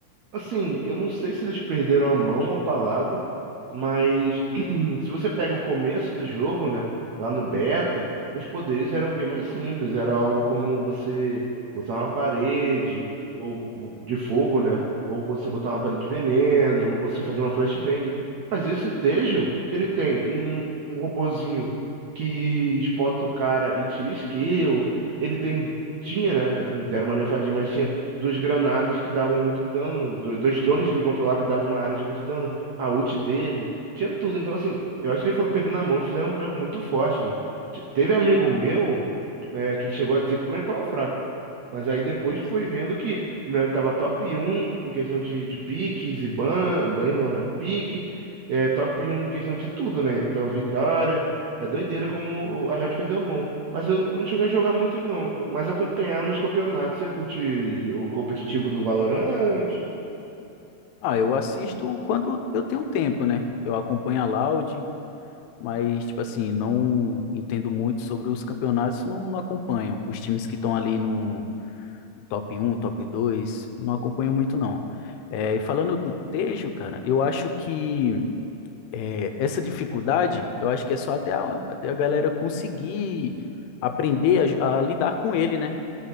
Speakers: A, on the right (about 70°); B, on the left (about 85°).
A: Assim, eu não sei se eles perderam a mão, a palavra, mas <clears throat> se você pega o começo do jogo, né, lá no beta, os poderes eram bem mais simples, era algo como você botar uma parede ou vo- de fogo, né, ou você botar uma parede de veneno, você fazer uma flashbang. Mas esse Tejo, ele tem um, um robozinho que espota o cara e tira skill, ele tem tinha, né? Aqui deram uma nerfadinha, mas tinha duas granadas que davam muito dano, do- dois drones que ele controlava e davam uma área de muito dano, a ult dele, tinha tudo. Então, assim, eu acho que eles foram perdendo a mão e fizeram um boneco muito forte, né? Te- Teve amigo meu, é, que chegou a dizer que o boneco tava fraco. Mas aí depois foi vendo que o boneco tava top um em questão de, de piques e ban, bans não, né? Pique, é, top um em questão de tudo, né? Então, vitória. É doideira como o- a Riot perdeu a mão. Mas eu eu não cheguei a jogar muito ele não, mas acompanhar nos campeonatos. Você curte o competitivo do Valorant?
B: Ah, eu assisto quando eu tenho tempo, né? Eu acompanho a Loud, mas, tipo assim, não entendo muito sobre os campeonatos, não, não acompanho. Os times que estão ali no, top um, top 2, eu não acompanho muito não. É, e falando do Tejo, cara, eu acho que é, essa dificuldade, eu acho que é só até a, até a galera conseguir aprender a, a lidar com ele, né?